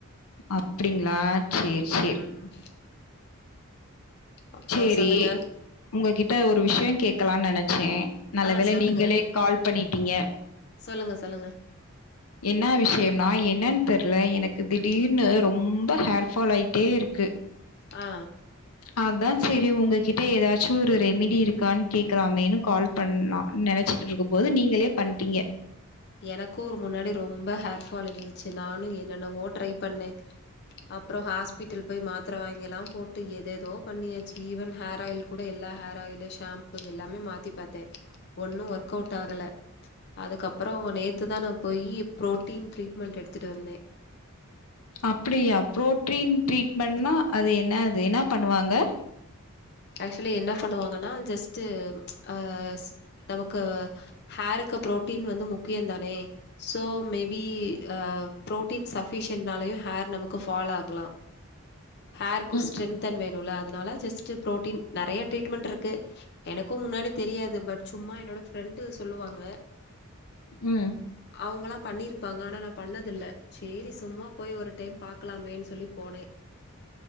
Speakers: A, on the left; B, on the left.
A: அப்டிங்ளா சேர் சேர்
B: ம் அப்றோ
A: சேரி
B: சொல்லுங்க
A: ஒங்ககிட்ட ஒரு விஷயோ கேக்கலானு நெனைச்சே நல்ல
B: ஆ
A: வேளை
B: சொல்லுங்க
A: நீங்களே கால் பண்ணிட்டீங்க
B: சொல்லுங்க சொல்லுங்க
A: என்ன விஷயம்னா என்னன்னு தெரியல எனக்கு திடீர்னு
B: ம்
A: ரொம்ப ஹேர்ஃபால் ஆயி ட்டே இருக்கு
B: ஆ
A: அதுதா சரி உங்ககிட்ட ஏதாச்சு ஒரு ரெமிடி இருக்கான் கேட்கலாமேனு கால் பண்ணா நெனச்சே இருக்கும் போது நீங்களே பண்டீங்க
B: எனக்கு ஒரு முன்னாடி ரொம்ப ஹேர் ஃபால் இருந்துச்சு நானு என்னன்னவோ ட்ரை பண்ணே அப்பறோ ஹாஸ்பிட்டல் போய் மாத்திர வாங்கியெல்லா போட்டு எது ஏதோ பண்ணியாச்சு ஈவன் ஹேர் ஆயில் கூட எல்லா ஹேர் ஆயிலு ஷாம்பு எல்லாமே மாத்தி பாத்தே ஒன்னு ஒர்க் அவுட் ஆகல அதுக்கப்பறோ நேத்து தா நா போயி ப்ரோட்டீன் ட்ரீட்மெண்ட் எடுத்துட்டு வந்தே
A: அப்டியா ப்ரோட்டீன் ட்ரீட்மெண்ட்னா அது என்ன அது என்னா பண்ணுவாங்க
B: ஆக்சுவலி என்ன பண்ணுவாங்கன்னா ஜஸ்ட்டு அ நமக்கு ஹேருக்கு பு்ரோட்டீன் வந்து முக்கிய தானே ஸோ மேபி ஆ புரோட்டீன் சஃபிஷியன்ட்னாலயு ஹேர் நமக்கு ஃபாழ் ஆகலா ஹேருக்கு
A: ம்,
B: ஸ்ட்ரென்தன் வேணுல அதனால ஜஸ்ட் ப்ரோட்டீன் நெறைய ட்ரீட்மெண்ட் இருக்கு எனக்கு முன்னாடி தெரியாது பட் சும்மா என்னோட ஃப்ரெண்டு சொல்லுவாங்க
A: ம்
B: அவுங்கலா பண்ணிருப்பாங்க ஆனா நா பண்ணதில்ல சேரி சும்மா போய் ஒரு டைம் பாக்கலாமேன்னு சொல்லி போனே